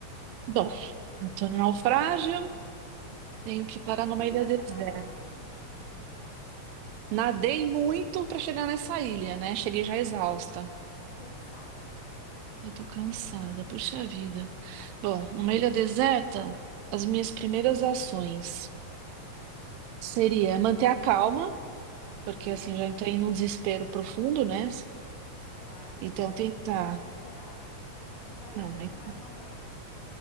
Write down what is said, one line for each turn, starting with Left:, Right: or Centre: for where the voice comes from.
Right: Bom, eu tô no naufrágio, tenho
Left: Você tá-
Right: que parar numa
Left: Por enquanto
Right: ilha deserta.
Left: você tá sozinha,
Right: Nadei muito pra chegar nessa ilha, né? Cheguei já exausta.
Left: tá cansada.
Right: Eu tô cansada, puxa vida. Bom, numa ilha deserta, as minhas primeiras ações seria manter a calma,
Left: Uhum,
Right: porque assim já entrei num desespero profundo, né?
Left: claro,
Right: Então
Left: já,
Right: tentar.
Left: já tá desesperada. Acha- Já tá
Right: Não,
Left: achando
Right: aí...
Left: que vai
Right: tá,
Left: morrer.